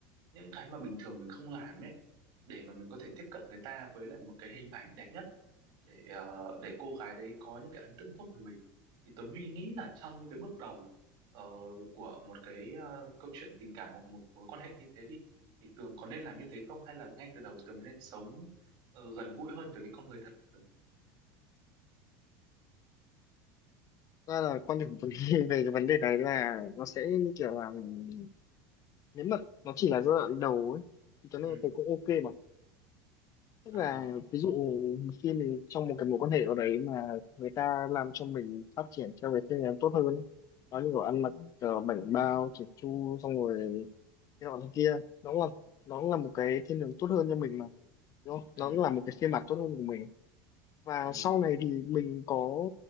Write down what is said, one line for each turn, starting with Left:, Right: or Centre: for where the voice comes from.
Right: những cái mà bình thường mình không làm ấy để mà mình có thể tiếp cận người ta với lại một cái hình ảnh đẹp nhất để ờ, để cô gái đấy có những cái ấn tượng tốt về mình thì Tuấn Huy nghĩ là trong những cái bước đầu ờ, của một cái ờ, câu chuyện tình cảm hoặc một mối quan hệ như thế đi thì Tường có nên làm như thế không hay là ngay từ đầu Tường nên sống ờ, gần gũi hơn với cái con người thật của Tường
Left: ra là quan điểm của mình <laughs> về cái vấn đề này là nó sẽ như kiểu là ừm, nếu mà nó chỉ là giai đoạn đầu ấy thì cho nên
Right: ừ
Left: tôi cũng ok mà tức
Right: ờ,
Left: là ví dụ khi mình trong một cái mối quan hệ ở đấy mà người ta làm cho mình phát triển theo cái phương hướng tốt hơn nó như kiểu ăn mặc ờ, bảnh bao chỉn chu xong rồi cái nọ thế kia nó cũng là nó cũng là một cái thiên hướng tốt hơn cho mình mà đúng không
Right: ừ
Left: nó cũng là một cái phiên bản tốt hơn của mình và
Right: ừ
Left: sau này thì mình có